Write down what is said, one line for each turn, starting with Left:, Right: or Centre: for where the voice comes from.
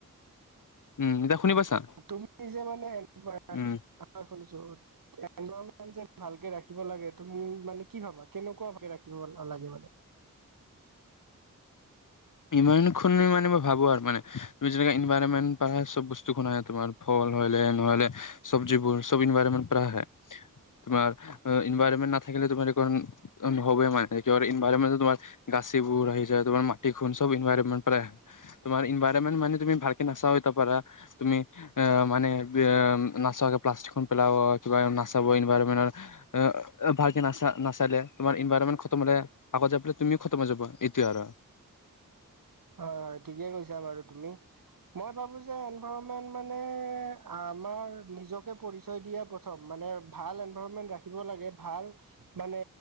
Left: উম
Right: <unintelligible>
Left: এতিয়া শুনি পাইছা
Right: তুমি যে মানে এনেকুৱা
Left: উম
Right: শুনিছো, <unintelligible> যে ভালকে ৰাখিব লাগে তুমি মানে কি ভাবা? কেনেকুৱা ৰাখিব নালাগে মানে।
Left: ইমান খুন মানে মই মানে ভাবো আৰু মানে, তুমি যেনেকে ইনভাইৰনমেণ্ট পাৰ চব বস্তু খুন আহে তোমাৰ ফল হয়লে নহ'লে চব্জিবোৰ চব ইনভাইৰমেণ্ট প্ৰাহে। তোমাৰ ইনভাৰমেট নাথাকিলে তোমাৰ দেখোন নহবই মানে। কিহৰ ইনভাৰমেণ্ট তোমাৰ গাচিবোৰ আহি যায় তোমাৰ তিখুন চব ইনভাৰমেণ্ট পৰা আহে। তোমাৰ ইনভাইৰমেন্ট মানে তুমি ভালকে নাচাইত পাৰা তুমি আহ মানে নাচাকে প্লাষ্টিকখন পেলাব, কিবা নাচাব ইনভাৰমেণ্ট এ ভালকে নাচা নাচালে তোমাৰ ইনভাৰনমেন্ট খতম হ'লে আগত যায় পেলে তুমিও খতম হৈ যাব এইটোৱে আৰ'।
Right: হয়, হয়। ঠিকে কৈছা বাৰু তুমি। মই ভাবো যে এনভাৰনমেন্ট মানে আমাৰ নিজকে পৰিচয় দিয়া প চব মানে ভাল এনভাৰণমেন্ট ৰাখিব লাগে, ভাল মানে